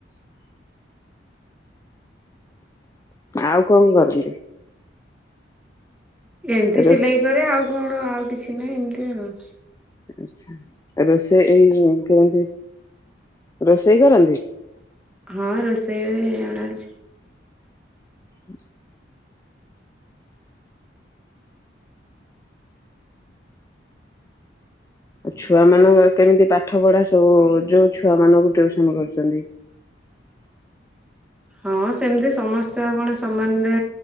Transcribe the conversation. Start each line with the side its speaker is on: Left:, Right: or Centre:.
Left: ଆଉ କଣ କରନ୍ତି।
Centre: ଏମିତି
Left: ରୋଷ
Centre: ସିଲେଇ କରେ ଆଉ। କଣ ଆଉ କିଛି ନାହିଁ ଏମତି ଆଉ।
Left: ଆଛା ରୋଷେଇ ଏଇ କେମତି ରୋଷେଇ କରନ୍ତି।
Centre: ହଁ ରୋଷେଇରେ ଜଣା ହେଉଛି।
Left: ହୁଁ। ଆଉ ଛୁଆ ମାନଙ୍କ କେମିତି ପାଠ ପଢା ସବୁ ଯୋଉ ଛୁଆ ମାନଙ୍କୁ ଟିଉସନ କରୁଛନ୍ତି।
Centre: ହଁ ସେମିତି ସମସ୍ତେ ଆଉ କଣ ସମାନରେ